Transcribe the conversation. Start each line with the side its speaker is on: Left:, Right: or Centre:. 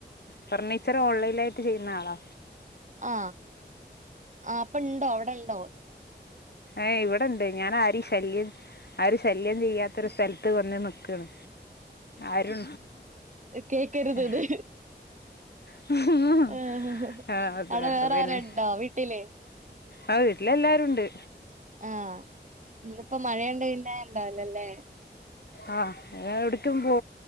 Left: ഫർണി <unintelligible> ഓൺലൈലായിട്ട് ചെയ്യ്ന്ന ആള
Right: ആ അപ്പൊ ണ്ടോ അവിടണ്ടോ?
Left: ഏ ഇവിടെണ്ട് ഞാൻ ആരെയും ശല്യം ആര് ശല്യം ചെയ്യാത്തൊരു സ്ഥലത്ത് വന്ന് നിക്ക്ണ് അരു
Right: കേക്കരുതത്
Left: ഹ്ഹ് ഹ്ഹ്
Right: ആഹ്
Left: ആ അതാ
Right: അവിടെ വേറെ
Left: അതന്നെ
Right: ആരണ്ടോ വീട്ടില്
Left: ആ വീട്ടിലല്ലാരുണ്ട്.
Right: ആ ഇന്നിപ്പോ മഴയുണ്ടെണ്ട ണ്ടാവിലല്ലേ?
Left: ആ എവിടെക്കും പോ